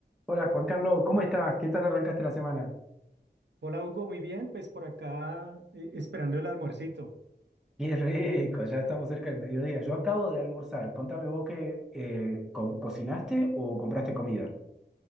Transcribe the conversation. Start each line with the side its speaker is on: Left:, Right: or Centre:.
Centre: Hola Juan Carlos, ¿cómo estás? ¿Qué tal arrancaste la semana?
Right: Hola Hugo, muy bien, pues por acá eh, esperando el almuercito.
Centre: Qué rico, ya estamos cerca del mediodía. Yo acabo de almorzar. Contame vos qué eh, co- cocinaste o compraste comida.